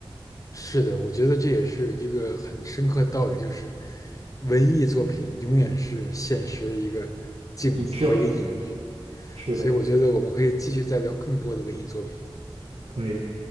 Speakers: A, on the left; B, on the right.
A: 是的，我觉得这也是一个很深刻的道理，就是文艺作品永远是现实的一个镜子或一个隐喻。
B: 影射，是的，
A: 所以我觉得我们可以继续再聊更多的文艺作品。
B: 可以。